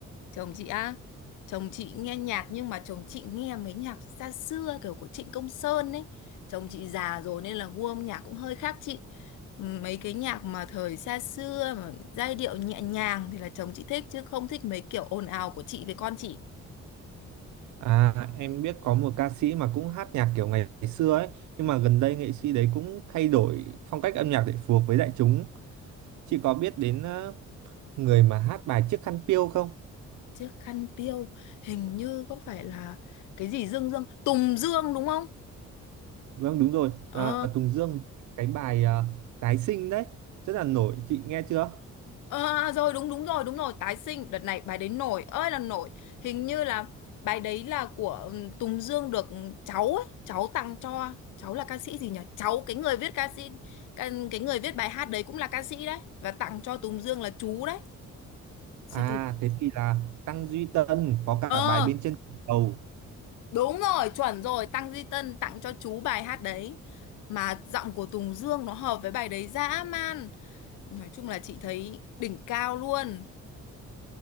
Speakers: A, on the left (about 85°); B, on the right (about 70°).
A: chồng chị á chồng chị nghe nhạc nhưng mà chồng chị nghe mấy nhạc xa xưa kiểu của Trịnh Công Sơn ấy chồng chị già rồi nên là gu âm nhạc cũng hơi khác chị Ừ, mấy cái nhạc mà thời xa xưa mà giai điệu nhẹ nhàng thì là chồng chị thích chứ không thích mấy kiểu ồn ào của chị với con chị
B: À, em biết có một ca sĩ mà cũng hát nhạc kiểu ngày xưa ấy. Nhưng mà gần đây nghệ sĩ đấy cũng thay đổi phong cách âm nhạc để phù hợp với đại chúng. Chị có biết đến ờ, người mà hát bài Chiếc khăn piêu không?
A: chiếc khăn piêu hình như có phải là cái gì dương dương Tùng Dương đúng không
B: Vâng đúng rồi
A: ờ
B: à, Tùng Dương cái bài à, tái sinh đấy rất là nổi chị nghe chưa
A: Ờ, À, rồi đúng đúng rồi đúng rồi tái sinh đợt này bài đấy nổi ơi là nổi hình như là bài đấy là của ừm, Tùng Dương được cháu ấy, cháu tặng cho cháu là ca sĩ gì nhỉ cháu cái người viết ca sĩ cái, cái người viết bài hát đấy cũng là ca sĩ đấy và tặng cho Tùng Dương là chú đấy Sư
B: à
A: tử
B: thế thì là Tăng Duy Tân có cả
A: ờ
B: bài bên trên đầu
A: đúng rồi chuẩn rồi Tăng Duy Tân tặng cho chú bài hát đấy mà giọng của Tùng Dương nó hợp với bài đấy dã man nói chung là chị thấy đỉnh cao luôn